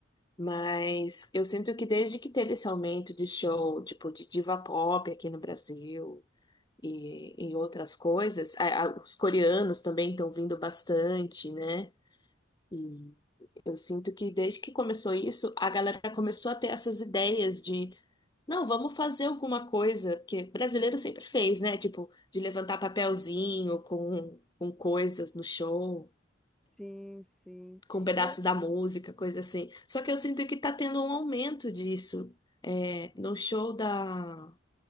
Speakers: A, on the left (about 20°); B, in the centre.
A: mas eu sinto que desde que teve esse aumento de show, tipo, de diva pop aqui no Brasil e, e outras coisas, a- a- os coreanos também estão vindo bastante, né, e eu sinto que desde que começou isso, a galera começou a ter essas ideias de Não, vamos fazer alguma coisa, porque brasileiro sempre fez, né? Tipo, de levantar papelzinho com, com coisas no show,
B: Sim, sim.
A: com um pedaço
B: E é-
A: da música, coisa assim. Só que eu sinto que tá tendo um aumento disso. É, no show da,